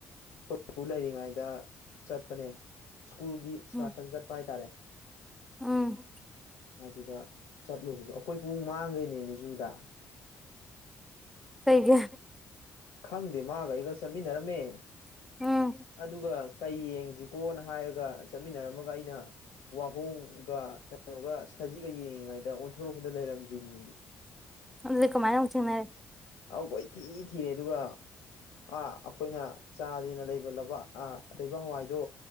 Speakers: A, on the left (about 70°); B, in the centre.
A: ꯑꯈꯣꯏ ꯄꯨ ꯂꯩꯔꯤꯉꯩꯗ ꯆꯠꯄꯅꯦ ꯁ꯭ꯀꯨꯜꯒꯤ ꯏꯁꯀꯔꯁꯟ
B: ꯎꯝ
A: ꯆꯠꯄ ꯍꯥꯏꯇꯥꯔꯦ
B: ꯎꯝ
A: ꯑꯗꯨꯗ ꯆꯠꯂꯨꯕꯗꯣ ꯑꯈꯣꯏ ꯄꯨ ꯃꯥꯡꯒ꯭ꯔꯤꯅꯦꯃꯤ ꯖꯨꯗ
B: ꯀꯩꯒꯤ
A: ꯈꯪꯗꯦ ꯃꯥꯒ ꯑꯩꯒ ꯆꯠꯃꯤꯟꯅꯔꯝꯃꯦ
B: ꯎꯝ
A: ꯑꯗꯨꯒ ꯀꯩ ꯌꯦꯡꯁꯤꯀꯣꯅ ꯍꯥꯏꯔꯒ ꯆꯠꯃꯤꯟꯅꯔꯝꯃꯒ ꯑꯩꯅ ꯋꯥꯍꯣꯡꯒ ꯀꯩꯅꯣꯒ ꯁꯖꯤꯒ ꯌꯦꯡꯉꯤꯉꯩꯗ ꯑꯣꯟꯊꯣꯔꯛꯄꯗ ꯂꯩꯔꯝꯗ꯭ꯔꯤꯅꯦꯃꯤ
B: ꯑꯗꯨꯗꯤ ꯀꯃꯥꯏꯅ ꯑꯃꯨꯛ ꯊꯦꯡꯅꯔꯦ
A: ꯑꯧ ꯀꯣꯏꯊꯤ ꯊꯤꯔꯦ ꯑꯗꯨꯒ ꯑꯥ ꯑꯈꯣꯏꯅ ꯆꯥꯁꯦꯅ ꯂꯩꯕ ꯑꯥ ꯂꯩꯕꯥꯛ ꯍꯋꯥꯏꯗꯣ